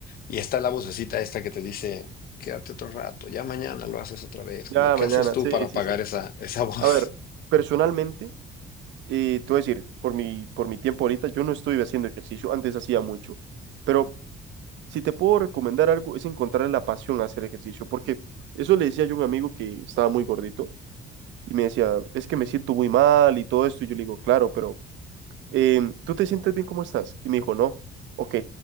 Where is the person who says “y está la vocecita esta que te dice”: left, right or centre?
Left